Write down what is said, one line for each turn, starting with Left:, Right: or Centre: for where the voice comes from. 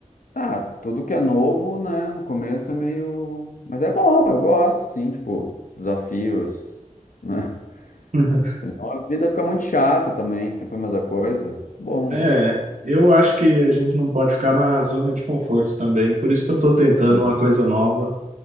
Left: ah, tudo que é novo, né, no começo é meio, mas é bom, eu gosto, sim, tipo, desafios, né?
Right: <laughs>
Left: Senão a vida fica muito chata também, sempre a mesma coisa. Bom,
Right: É, eu acho que a gente não pode ficar na zona de conforto também. Por isso que eu tô tentando
Left: sim,
Right: uma coisa nova.